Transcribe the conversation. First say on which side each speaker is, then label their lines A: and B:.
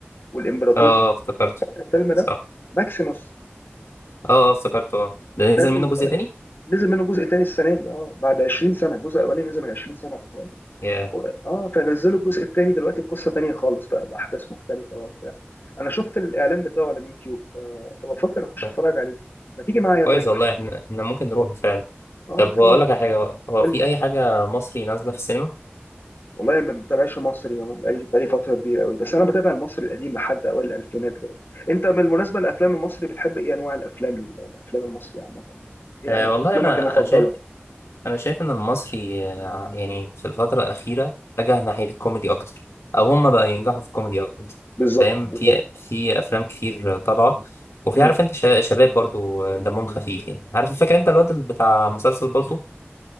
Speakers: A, on the left; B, on the left.
A: والامبراطور
B: اه
A: في
B: آه، افتكرته
A: الفيلم ده
B: صح
A: ماكسيموس
B: اه آه، افتكرته اه ده
A: ده
B: نزل
A: ال-
B: منه جزء تاني؟
A: نزل منه جزء تاني السنة دي اه بعد 20 سنة الجزء الاولاني نزل من 20 سنة
B: ياه
A: و- اه فنزلوا الجزء الثاني دلوقتي بقصه تانيه خالص بقى باحداث مختلفه وبتاع انا شفت الاعلان بتاعه على اليوتيوب آه، فبفكر اخش
B: ده
A: اتفرج عليه ما تيجي معايا
B: كويس
A: طيب
B: والله احنا احنا ممكن نروح فعلا
A: اه
B: طب
A: نتفرج
B: هو اقول لك على حاجة هو
A: قول
B: في
A: لي
B: أي حاجة مصري نازلة في السينما؟
A: والله ما بتابعش مصري يعني بقالي بقالي فتره كبيره قوي بس انا بتابع المصري القديم لحد اوائل الالفينات كده انت بالمناسبه الافلام المصري بتحب ايه انواع الافلام الافلام المصري عامه يعني ايه
B: آه
A: الأنواع-
B: والله
A: افلامك
B: أنا
A: المفضله
B: أنا شايف انا شايف ان المصري آه، يعني في الفتره الاخيره اتجه ناحيه الكوميدي اكتر او هم بقى ينجحوا في الكوميدي اكتر
A: بالظبط
B: فاهم
A: بالظبط
B: في في افلام كتير طالعه وفي
A: مم.
B: عارف انت شا- شباب برضو آه، دمهم خفيف يعني عارف فاكر انت الواد اللي بتاع مسلسل بالطو